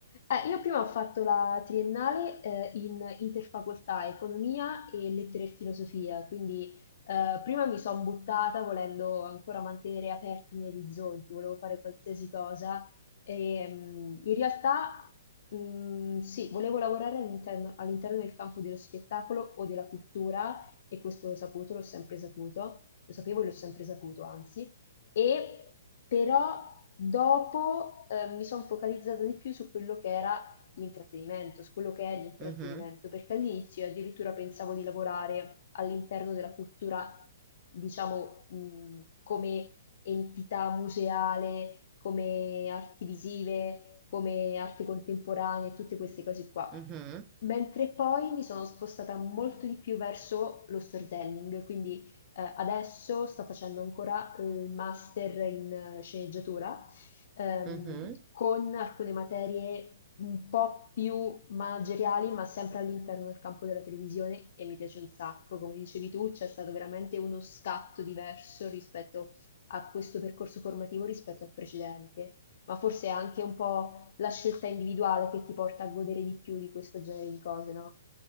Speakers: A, on the left; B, on the right.
A: Eh, io prima ho fatto la triennale eh, in interfacoltà economia e lettere e filosofia, quindi eh, prima mi sono buttata volendo ancora mantenere aperti i miei orizzonti, volevo fare qualsiasi cosa e mm, in realtà mm, sì, volevo lavorare all'interno all'interno del campo dello spettacolo o della cultura e questo l'ho saputo, l'ho sempre saputo, lo sapevo e l'ho sempre saputo, anzi. E però dopo eh, mi sono focalizzata di più su quello che era l'intrattenimento, su quello che è l'intrattenimento,
B: Mhm,
A: perché all'inizio io addirittura pensavo di lavorare all'interno della cultura, diciamo, mh, come entità museale, come arti visive, come arte contemporanea, tutte queste cose qua.
B: mhm,
A: Mentre poi mi sono spostata molto di più verso lo storytelling, quindi eh, adesso sto facendo ancora il master in eh, sceneggiatura, ehm,
B: mhm.
A: con alcune materie un po' più manageriali, ma sempre all'interno del campo della televisione e mi piace un sacco. Come dicevi tu, c'è stato veramente uno scatto diverso rispetto a questo percorso formativo rispetto al precedente, ma forse è anche un po' la scelta individuale che ti porta a godere di più di questo genere di cose, no?